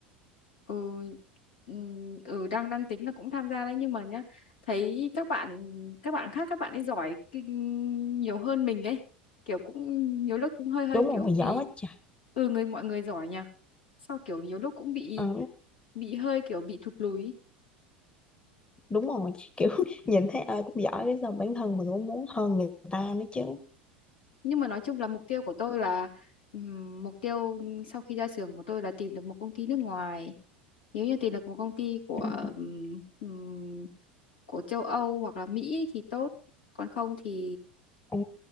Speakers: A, on the left (about 75°); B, on the left (about 20°).
A: ừ ừm, ừ đang đang tính là cũng tham gia đấy nhưng mà nhá thấy các bạn các bạn khác các bạn ấy giỏi kinh nhiều hơn mình ấy kiểu cũng nhiều lúc cũng hơi hơi
B: đúng
A: kiểu
B: rồi mày giỏi
A: bị
B: quá trời
A: ừ người mọi người giỏi nhỉ sao kiểu nhiều lúc cũng bị
B: Ờ,
A: bị hơi kiểu bị thụt lùi ý.
B: đúng rồi kiểu <laughs> nhìn thấy ai cũng giỏi cái sao bản thân mình cũng muốn hơn người ta nữa chứ
A: nhưng mà nói chung là mục tiêu của tôi là ừm, mục tiêu sau khi ra trường của tôi là tìm được một công ty nước ngoài nếu như tìm được một công ty của
B: Ừ.
A: ừm, ừm, của châu Âu hoặc là Mỹ thì tốt còn không thì
B: Ồ,